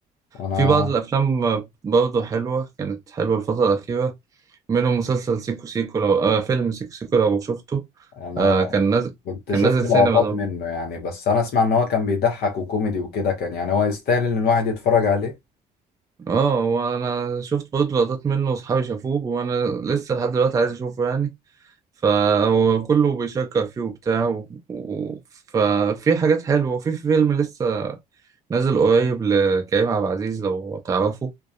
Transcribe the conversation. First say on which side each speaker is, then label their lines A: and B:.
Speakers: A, on the left (about 70°); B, on the right (about 20°).
A: وانا
B: في بعض الافلام برضه حلوة كانت حلوة الفترة الاخيرة منهم مسلسل سيكو سيكو لو آه فيلم سيكو سيكو لو شفته
A: انا
B: آه كان نازل
A: كنت
B: كان
A: شفت
B: نازل
A: لقطات
B: سينما ده
A: منه يعني بس انا اسمع ان هو كان بيضحك وكوميدي وكده كان يعني هو يستاهل ان الواحد يتفرج عليه
B: اه وانا شفت برضه لقطات منه واصحابي شافوه وانا لسه لحد دلوقتي عايز اشوفه يعني فهو كله بيشكر فيه وبتاع و... و... ففي حاجات حلوة وفي فيلم لسه نازل قريب لكريم عبد العزيز لو تعرفه